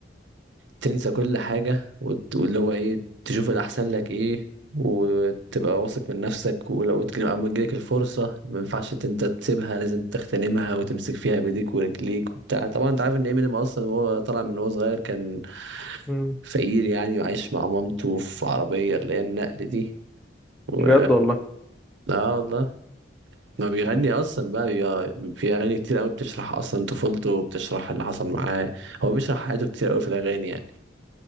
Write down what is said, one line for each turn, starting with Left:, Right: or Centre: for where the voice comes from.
Right: تنسى كل حاجة وت- واللي هو ايه تشوف الأحسن لك ايه وتبقى واثق من نفسك ولو اتج- أما تجيلك الفرصة ما ينفعش ت- انت تسيبها لازم تغتنمها وتمسك فيها بإيديك ورجليك وبتاع طبعا انت عارف ان امينيم اصلا وهو طالع من وهو صغير كان
Centre: امم
Right: فقير يعني وعايش مع مامته في عربية اللي هي النقل دي و
Centre: بجد والله
Right: لا والله ما بيغني اصلا بقى بيبقى في اغاني كتير قوي بتشرح اصلا طفولته وبتشرح اللي حصل معاه هو بيشرح حياته كتير قوي في الاغاني يعني